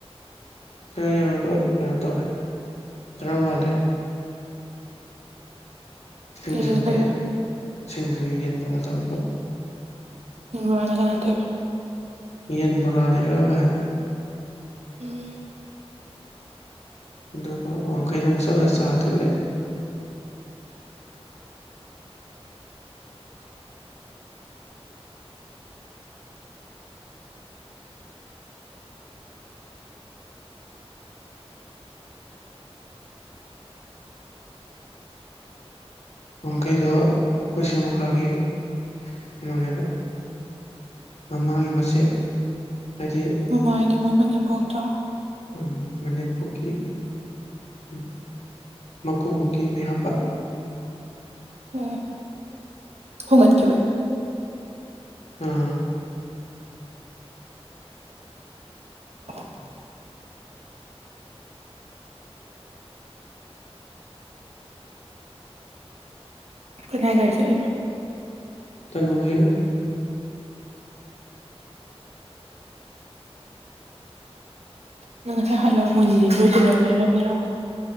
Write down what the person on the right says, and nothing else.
ꯀꯩꯒ ꯀꯩꯒ
ꯃꯤꯋꯥꯅꯥ ꯀꯅꯥ ꯇꯧꯔꯤꯕ
ꯎꯝ
ꯃꯃꯥ ꯍꯥꯏꯗꯤ ꯃꯣꯏ ꯃꯅꯦꯝꯕꯣꯛꯇꯣ
ꯎꯝ ꯍꯣꯡ ꯒꯠꯈꯤꯕꯩ
<unintelligible> ꯀꯅꯥꯏ ꯒꯔꯤ ꯆꯠꯂꯤꯅꯣ
ꯅꯪ ꯉꯁꯥꯏ ꯍꯜꯂ ꯃꯣꯏ <unintelligible> ꯂꯩꯔꯝꯃꯤꯔ